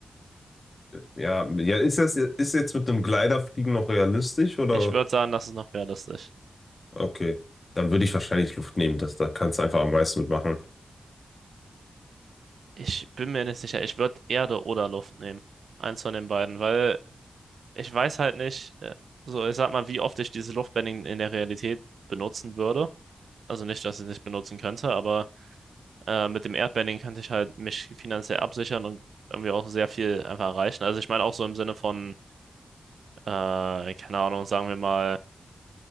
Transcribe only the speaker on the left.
ja, ja, ist das, ist jetzt mit einem Gliderfliegen noch realistisch oder?
Okay, dann würde ich wahrscheinlich Luft nehmen, das, da kannst du einfach am meisten mitmachen.